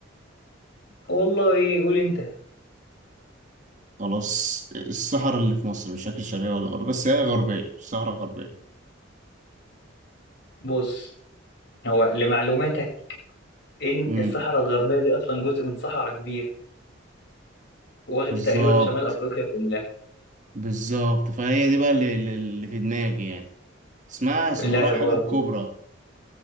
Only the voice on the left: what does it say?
والله إيه قول أنت
بص هو لمعلوماتك ان
الصحراء الغربيه دي اصلا جزء من صحراء كبيره واخده
تقريبا شمال افريقيا كلها
لا
برضه